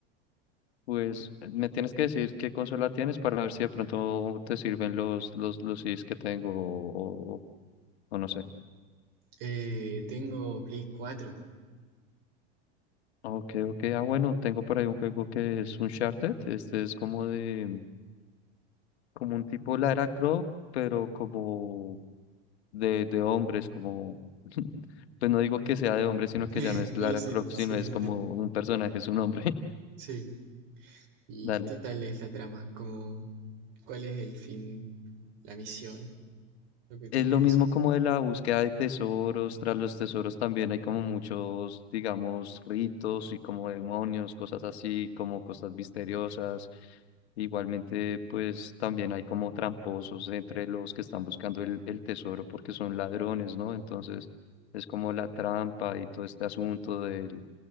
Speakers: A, on the left; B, on the right.
A: Pues me tienes que decir qué consola tienes para ver si de pronto te sirven los, los, los CDs que tengo o, o- o no sé.
B: Eh, tengo Play 4.
A: Ok, ok. Ah, bueno, tengo por ahí un juego que es Uncharted. Este es como de, como un tipo Lara Croft, pero como de, de hombres, como, <laughs> pues no digo que sea de hombres, sino
B: <laughs>
A: que ya no es
B: No,
A: Lara
B: sí,
A: Croft,
B: sí,
A: sino
B: lo
A: es
B: entiendo.
A: como un personaje, es un hombre.
B: Sí. ¿Y
A: <laughs> Dale.
B: qué tal es la trama? Como, ¿cuál es el fin, la misión, lo que tienes
A: Es lo
B: que
A: mismo
B: hacer?
A: como de la búsqueda de tesoros, tras los tesoros también hay como muchos, digamos, ritos y como demonios, cosas así, como cosas misteriosas. Igualmente, pues también hay como tramposos entre los que están buscando el, el tesoro porque son ladrones, ¿no? Entonces es como la trampa y todo este asunto del-